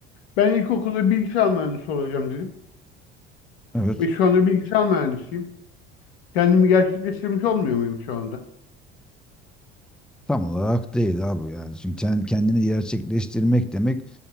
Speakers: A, on the left; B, in the centre.
A: Ben ilkokulda bilgisayar mühendisi olacağım dedim.
B: evet
A: Ve şu anda bilgisayar mühendisiyim. Kendimi gerçekleştirmiş olmuyor muyum şu anda?
B: tam olarak değil abi yani çünkü sen kendini gerçekleştirmek demek